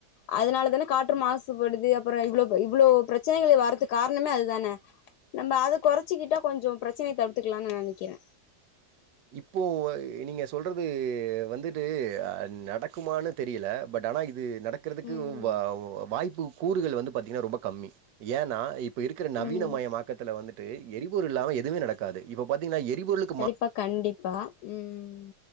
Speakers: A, on the left (about 85°); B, on the right (about 75°).
A: அதனால தான காற்று மாசுபடுது அப்புற இவ்ளோ இவ்ளோ பிரச்சனைகள் வர்றதுக்கு காரணமே இதுதான நம்ம அத கொறச்சிக்கிட்டா கொஞ்சோ பிரச்சனைய தடுத்துக்கலான்னு நனைக்கிற
B: இப்போ நீங்க சொல்றது வந்துட்டு அ நடக்குமான்னு தெரியல பட் ஆனா இது நடக்கிறதுக்கு
A: ம்
B: வா வாய்ப்பு கூறுகள் வந்து பாத்தீங்னா ரொம்ப கம்மி ஏனா இப்ப இருக்கிற நவீனமயமாக்
A: ம்
B: கல் வந்துட்டு எரிபொருள் இல்லாம எதுவு நடக்காது இப்ப பாத்தீங்னா எரிபொருளு
A: கணிப்பா கண்டிப்பா ம்